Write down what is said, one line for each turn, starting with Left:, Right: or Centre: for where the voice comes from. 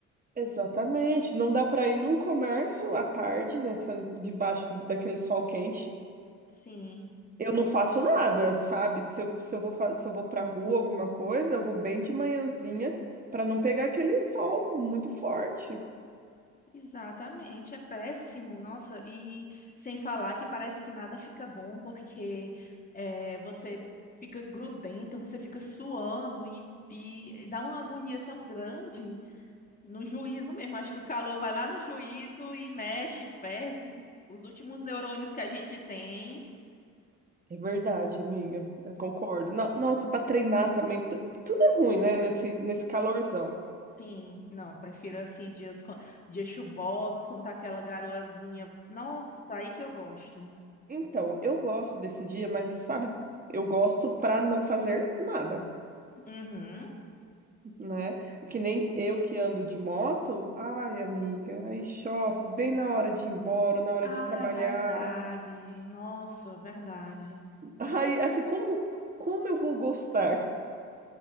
Right: Exatamente. Não dá para ir num comércio à tarde, nessa, debaixo daquele sol quente.
Left: Sim,
Right: Eu não faço nada, sabe? Se eu, se eu vou, fa- se eu vou pra rua, alguma coisa, eu vou bem de manhãzinha para não pegar aquele sol muito
Left: sim,
Right: forte.
Left: exatamente. É péssimo, nossa. E sem falar que parece que nada fica bom porque é, você fica grudenta, você fica suando e, e dá uma agonia tão grande. No juízo mesmo, acho que o calor vai lá no juízo e mexe, ferve os últimos neurônios que a gente tem.
Right: É verdade, amiga. Eu concordo. No- Nossa, para treinar também, tu- tudo é ruim, né? Nesse, nesse calorzão.
Left: Sim, não, prefiro assim dias, co- dias chuvosos, quando tá aquela garoazinha. Nossa, aí que eu gosto.
Right: Então, eu gosto desse dia, mas sabe, eu gosto para não fazer nada.
Left: Uhum.
Right: né? É Que nem eu que ando de moto, ai, amiga, aí chove bem na hora de ir embora, na hora
Left: Ah,
Right: de trabalhar.
Left: é verdade. Nossa, verdade.
Right: <laughs> Ai, assim, como como eu vou gostar?